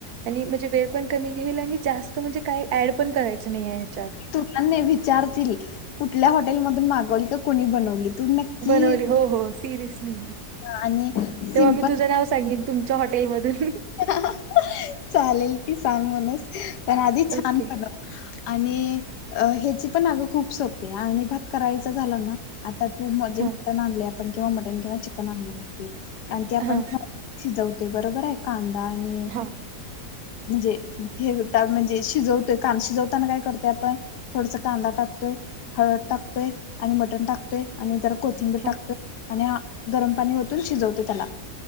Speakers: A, on the right; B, on the left.
A: आणि म्हणजे वेळ पण कमी घेईल आणि जास्त म्हणजे काही ऍड पण करायचं नाहीे. ह्याच्यात
B: तुला नेवी विचारतील कुठल्या हॉटेल मधून मागवली तर कोणी बनवली. तू नक्की
A: बनवली हो हो सिरियसली
B: आणि
A: तेव्हा
B: सिम्पल
A: मी तुझं नाव सांगिन. तुमच्या हॉटेलमधून
B: ह चालेल की सांग म्हणस. <inaudible> तर आधी छान
A: ओके
B: <unintelligible> आणि ह्याची पण अग खूप सोपे आळणी भात करायचा झाला ना आता तू म्हजे
A: हा
B: मटण आणल्या पण जेव्हा मटन किंवा चिकन आणणार होती आणि ते आपण
A: हा
B: <unintelligible> शिजव बरोबर आहे कां? आणि
A: हा
B: म्हणजे हे गुडतात म्हणजे शिजवतोय का शिजवताना काय करतय आपण थोडस कांदा टाकतोय हळद टाकतोय आणि मटण टाकतोय आणि जर कोथिंबीर
A: हा
B: टाकतोय आणि हा गरम पाणी ओतून शिजवते त्याला